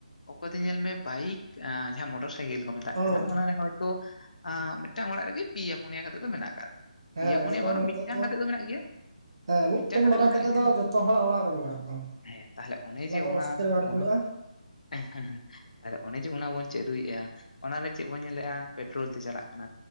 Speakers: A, on the left; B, on the right.
A: ᱚᱠᱚᱭ ᱫᱚ ᱧᱮᱞ ᱢᱮ ᱵᱟᱭᱤᱠ ᱡᱟᱦᱟᱸ ᱢᱚᱴᱚᱨ ᱥᱟᱭᱠᱮᱞ ᱠᱚ ᱢᱮᱛᱟᱜ
B: ᱦᱩᱸ
A: ᱠᱟᱱᱟ ᱚᱱᱟᱨᱮ ᱦᱚᱭᱛᱳ ᱟᱸ, ᱢᱤᱫᱴᱟᱝ ᱚᱲᱟᱜ ᱨᱮᱜᱮ ᱯᱮᱭᱟ ᱯᱩᱱᱭᱟ ᱠᱟᱛᱮᱜ ᱫᱚ ᱢᱮᱱᱟᱜ ᱠᱟᱜ
B: ᱦᱮᱸ
A: ᱯᱮᱭᱟ ᱯᱩᱱᱭᱟᱹ
B: ᱮᱠᱫᱚᱢ
A: ᱵᱟᱝ ᱨᱮᱦᱚᱸ
B: ᱱᱤᱛᱚᱜ
A: ᱢᱤᱫᱴᱟᱝ ᱠᱟᱛᱮᱫ ᱫᱚ ᱢᱮᱱᱟᱜ ᱜᱮᱭᱟ᱾
B: ᱦᱮᱸ ᱢᱤᱫᱴᱮᱱ
A: ᱢᱤᱫᱴᱟᱝ ᱠᱟᱛᱮᱜ
B: ᱵᱟᱨᱟ
A: ᱫᱚ
B: ᱠᱟᱛᱮ
A: ᱢᱮᱱᱟᱜ ᱜᱮᱭᱟ
B: ᱡᱚᱛᱚ ᱦᱚᱲᱟᱜ ᱚᱲᱟᱜ ᱨᱮ ᱢᱮᱱᱟᱜᱼᱟ ᱮᱠᱫᱚᱢ
A: ᱦᱮᱸ, ᱛᱟᱦᱞᱮ ᱚᱱᱮ ᱡᱮ
B: ᱫᱚ
A: ᱚᱱᱟ
B: ᱚᱥᱩᱠᱷᱮᱨ ᱵᱟᱝ
A: <unintelligible>
B: ᱠᱩᱞᱟᱹᱜᱼᱟ
A: ᱛᱟᱦᱞᱮ ᱚᱱᱮ ᱡᱮ ᱚᱱᱟ ᱵᱚᱱ ᱪᱟᱹᱞᱩᱭᱮᱜ-ᱟ, ᱚᱱᱟᱨᱮ ᱪᱮᱫ ᱵᱚᱱ ᱧᱮᱞᱮᱜ-ᱟ ᱯᱮᱴᱨᱳᱞ ᱛᱮ ᱪᱟᱞᱟᱜ ᱠᱟᱱᱟ᱾